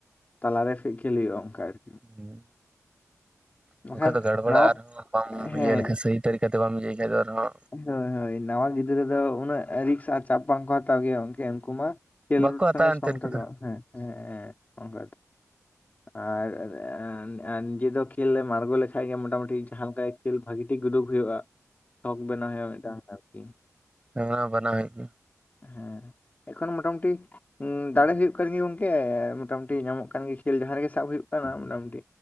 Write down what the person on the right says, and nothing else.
ᱦᱩᱸ ᱵᱟᱝᱠᱟᱱ
ᱫᱚ ᱜᱟᱲᱵᱟᱲᱟ
ᱟᱨᱦᱚᱸ ᱵᱟᱢ
ᱤᱭᱟᱹ ᱞᱮᱠᱷᱟᱱᱡ ᱥᱟᱹᱤ ᱛᱟᱹᱨᱤᱠᱟᱛᱮ ᱵᱟᱢ ᱤᱭᱟᱹᱭ ᱠᱷᱟᱱᱡ ᱫᱚ ᱟᱨᱦᱚᱸ,
ᱵᱟᱠᱚ
ᱦᱟᱛᱟᱣᱟ
ᱮᱱᱛᱮ
ᱩᱱᱠᱩ ᱫᱚ
ᱦᱮᱸ ᱵᱟᱱᱟᱣ ᱦᱩᱭᱩᱜ ᱜᱮᱭᱟ᱾